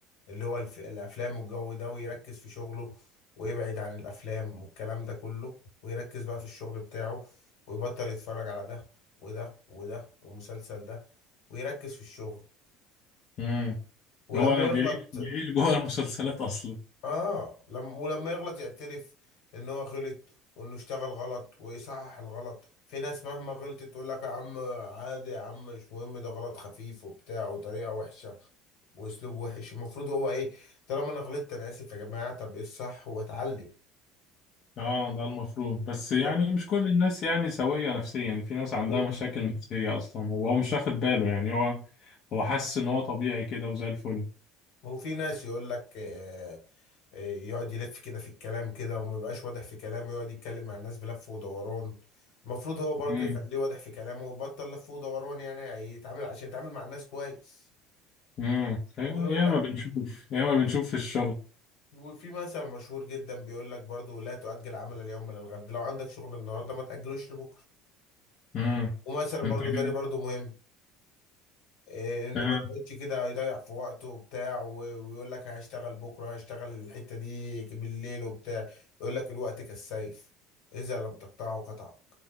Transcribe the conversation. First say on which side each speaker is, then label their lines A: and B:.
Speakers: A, on the left; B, on the left.
A: اللي هو الف... الافلام والجو ده ويركز في شغله ويبعد عن الافلام والكلام ده كله ويركز بقى في الشغل بتاعه ويبطل يتفرج على ده وده وده والمسلسل ده ويركز في الشغل
B: امم
A: ولما
B: هو
A: يغلط
B: بيعيش بيعيش جوه المسلسلات اصلا
A: اه لما ولما يغلط يعترف ان هو غلط وانه اشتغل غلط ويصحح الغلط في ناس مهما غلطت تقول لك يا عم عادي يا عم مش مهم ده غلط خفيف وبتاع وطريقة وحشة واسلوب وحش المفروض هو ايه طالما انا غلطت انا اسف يا جماعه طب ايه الصح واتعلم
B: اه ده المفروض بس يعني
A: صح
B: مش كل الناس يعني سوية نفسيا في ناس عندها
A: مم.
B: مشاكل نفسية اصلا وهو مش واخد باله يعني هو هو حاسس ان هو طبيعي كده وزي الفل
A: وفي ناس يقول لك آه، آه، يقعد يلف كده في الكلام كده وما يبقاش واضح في كلامه يقعد يتكلم مع الناس بلف ودوران المفروض هو برضه
B: امم
A: يخليه واضح في كلامه ويبطل لف ودوران يعني يتعامل عشان يتعامل مع الناس كويس
B: امم
A: وبيقول
B: يا
A: لك
B: ما بنشوف يا ما بنشوف في الشغل
A: وفي مثل مشهور جدا بيقول لك برضه لا تؤجل عمل اليوم للغد لو عندك شغل النهارده ما تأجلوش لبكره
B: امم
A: ومثل برضه
B: انت كده
A: تاني برضه مهم إيه انه
B: اه
A: ما يقعدش كده يضيع في وقته وبتاع و- ويقول لك هشتغل بكره هشتغل الحته دي بالليل وبتاع يقول لك الوقت كالسيف اذا لم تقطعه قطعك